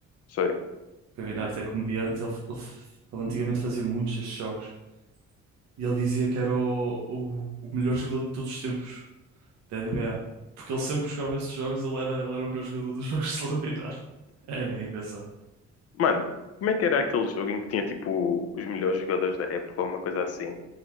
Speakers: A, on the left; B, on the right.
A: sei.
B: O Kevin Hart é comediante, ele, ele, ele antigamente fazia muitos destes jogos. E ele dizia que era o, o, o melhor jogador de todos os tempos da NBA. Porque ele sempre que jogava esses jogos, ele era, ele era o melhor jogador dos <laughs> jogos de celebridade. É é bem engraçado.
A: Mano, como é que era aquele jogo em que tinha, tipo, os melhores jogadores da época, ou uma coisa assim?